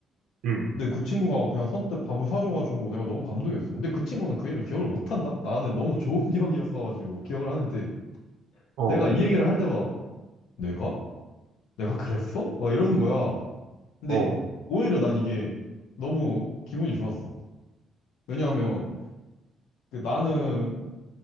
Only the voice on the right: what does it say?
응,
어,
어,